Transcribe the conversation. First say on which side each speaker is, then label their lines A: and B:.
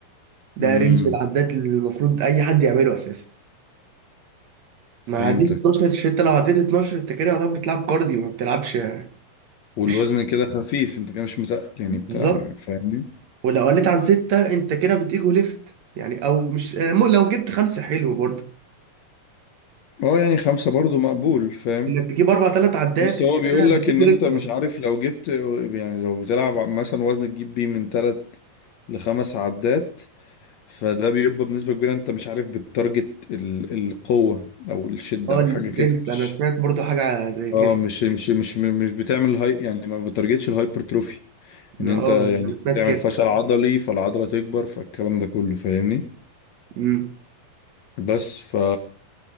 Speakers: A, on the right (about 60°); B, on the left (about 60°).
A: ده
B: امم
A: رينج العداد اللي المفروض اي حد يعمله اساسا ما
B: فهمتك
A: عديش 12 انت لو عديت 12 انت كده يعتبر بتلعب كارديو ما بتلعبش
B: والوزن
A: مش
B: كده خفيف انت كده مش متقل يعني
A: بالظبط
B: بتلعب فاهمني
A: ولو قلت عن ستة انت كده بتيجو ليفت يعني او مش آه، مو- لو جبت خمسة حلو برضه
B: اه يعني خمسة برضو مقبول فاهم
A: انك تجيب اربع ثلاث عدات
B: بس هو
A: انت كده
B: بيقول
A: بتيجو
B: لك ان انت
A: ليفت
B: مش
A: يعني.
B: عارف لو جبت يعني لو بتلعب مثلا وزن تجيب بيه من تلات لخمس عدات فده بيبقى بنسبة كبيرة انت مش عارف بالتارجت ال- القوة او الشدة
A: اه السترينث
B: او حاجة كده مش
A: انا سمعت برضه حاجة زي كده
B: اه مش مش مش مش بتعمل هاي يعني ما بتارجتش الهايبرتروفي ان
A: اه
B: انت يعني
A: انا سمعت
B: تعمل
A: كده
B: فشل عضلي فالعضلة تكبر فالكلام ده كله فاهمني
A: امم
B: بس ف